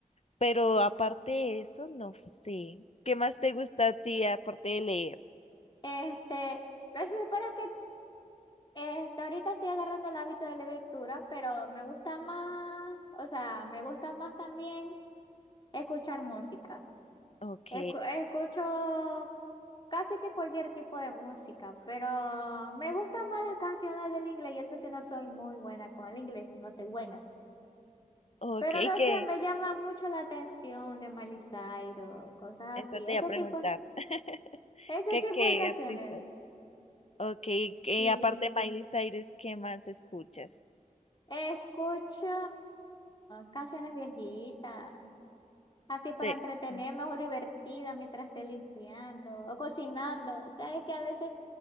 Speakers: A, on the left; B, on the left.
A: Pero aparte de eso, no sé. ¿Qué más te gusta a ti aparte de leer?
B: Este, pero si supieras que este, ahorita estoy agarrando el hábito de lectura, pero me gusta más, o sea, me gusta más también escuchar música.
A: Ok,
B: Escu- escucho casi que cualquier tipo de música, pero me gustan más las canciones del inglés y eso que no soy muy buena con el inglés, no soy buena.
A: ok,
B: Pero no
A: ¿qué?
B: sé, me llama mucho la atención de Miley Cyrus, cosas
A: Esta
B: así,
A: te
B: ese
A: iba a preguntar.
B: tipo,
A: <laughs>
B: ese
A: ¿Qué,
B: tipo
A: qué
B: de canciones.
A: artista? Ok,
B: Sí,
A: que aparte de Miley Cyrus, ¿qué más escuchas?
B: escucho canciones viejitas. Así para
A: Sí.
B: entretenerme
A: sí.
B: o divertida mientras esté limpiando o cocinando. Sabes que a veces